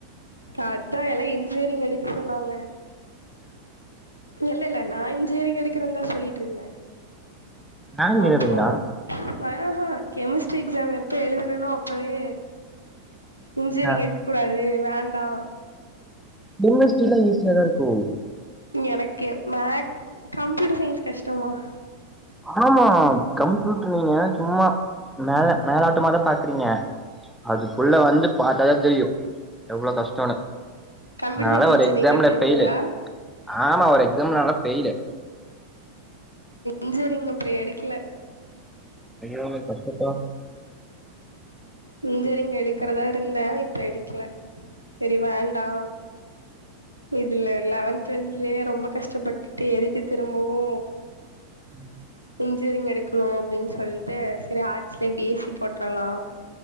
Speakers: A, on the left (about 90°); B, in the centre.
A: அதா எல்லா இன்ஜினியரிங் எடுக்க சொன்னாங்க இல்ல இல்ல நா இன்ஜினியரிங் எடுக்கறேன்னு தா சொல்லிட்டு இருந்தே
B: நானும் இன்ஜினியரிங்
A: அப்பறோ
B: தான்
A: ஹே ஹ கெமிஸ்ட்ரி எக்ஸாம் எப்ப எழுதுனனோ அப்பவே இன்ஜினரிங்
B: ஆ
A: எடுக்க கூடாது வேண்டா
B: <unintelligible> எல்லா ஈஸியா தா இருக்கு
A: எனக்கு மேக் கம்ப்யூட்டர் சயின்ஸ் கஷ்டமா
B: ஆமா கம்ப்யூட்டரு நீங்க சும்மா மேல மேலாட்டமாதா பாக்குறீங்க அதுக்குள்ள வந்து பாத்தாதா தெரியு எவ்ளோ கஷ்டன்னு
A: கம்ப்யூட்டர்
B: நாலா
A: சயின்ஸ்
B: ஒரு
A: இன்ஜினியரிங்
B: எக்ஸாம்ல
A: எடுத்திருக்கீங்களா
B: ஃபெயிலு ஆமா ஒரு எக்ஸாம்ல நாலா ஃபெயிலு
A: இன்சூரிங் அப்புறொ எடுக்கல
B: ஐயோ அது கஷ்டம்பா
A: இந்த ரிங்க் எடுக்குறதா இருந்தே இப்ப எடுக்கல சரி வேண்டா இதுல லெவன்த் டுவெல்தலயே ரொம்ப கஷ்டப்பட்டுட்டு எதுக்கு திரும்பவு
B: ம்
A: இன்ஜினியரிங் எடுக்கணு அப்பிடின்னு சொல்லிட்டு செரி ஆர்ட்ஸ்லே பி எஸ்சி போட்றலா